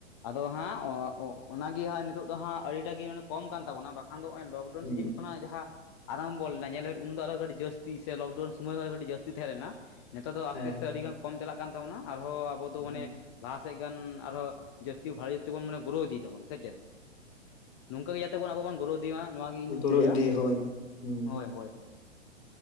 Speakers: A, on the left (about 20°); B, on the left (about 55°).
A: ᱟᱫᱚ ᱦᱟᱸᱜ ᱚᱱᱟᱜᱤ ᱦᱟᱸᱜ ᱱᱤᱛᱚᱜ ᱫᱚ ᱦᱟᱸᱜ ᱟᱹᱰᱤᱴᱟ ᱜᱤ ᱠᱚᱢ ᱠᱟᱱ ᱛᱟᱵᱚᱱᱟ ᱵᱟᱼᱼ ᱠᱷᱟᱱᱫᱚ ᱱᱚᱜᱼᱚᱭ ᱞᱚᱠᱰᱟᱣᱩᱱ
B: ᱦᱩᱸ
A: ᱥᱤᱡᱤᱱ ᱠᱷᱚᱱᱟᱜ ᱡᱟᱦᱟᱸᱼᱼ ᱟᱨᱢᱵᱷᱚᱞ ᱞᱮᱱᱟ ᱧᱮᱞᱮᱫ ᱩᱱᱫᱚ ᱟᱨᱚ ᱠᱟᱹᱴᱤᱡ ᱡᱟᱹᱥᱛᱤ ᱥᱮ ᱞᱚᱠᱰᱟᱹᱣᱩᱱ ᱥᱚᱢᱚᱭ ᱦᱚᱸᱭ ᱠᱟᱹᱴᱤᱡ ᱡᱟᱹᱥᱛᱤ ᱛᱮᱸᱦᱮ ᱞᱮᱱᱟ, ᱱᱮᱛᱟᱨ ᱫᱚ ᱟᱥᱛᱮ
B: ᱦᱮᱸ
A: ᱟᱥᱛᱮ ᱟᱹᱰᱤ ᱜᱟᱱ ᱠᱚᱢ ᱪᱟᱞᱟᱜ ᱠᱟᱱ ᱛᱟᱵᱚᱱᱟ, ᱟᱨᱦᱚᱸ ᱟᱵᱚ ᱫᱚ ᱢᱟᱱᱮᱼᱼ
B: ᱦᱮᱸ
A: ᱞᱟᱦᱟ ᱥᱮᱜ ᱜᱟᱱ ᱟᱨᱦᱚᱸ ᱡᱟᱹᱥᱛᱤ ᱵᱷᱟᱨᱮ ᱛᱵᱚᱱ ᱢᱟᱱᱮ ᱜᱨᱳ ᱤᱫᱤ ᱫᱟᱵᱚᱱ ᱥᱮ ᱪᱮᱫ? ᱱᱚᱝᱠᱟ ᱜᱮ ᱡᱟᱛᱮ ᱵᱚᱱ ᱟᱵᱚ ᱵᱚᱱ ᱜᱳᱨᱳ ᱤᱫᱤ ᱢᱟ ᱱᱚᱣᱟ ᱜᱤ ᱤᱧᱫᱩᱧ
B: ᱦᱩᱸ ᱜᱚᱨᱚ
A: ᱪᱟᱹᱭᱟ,
B: ᱤᱫᱤ ᱦᱳᱭ ᱦᱩᱸ
A: ᱦᱳᱭ ᱦᱳᱭ ᱦᱳᱭ᱾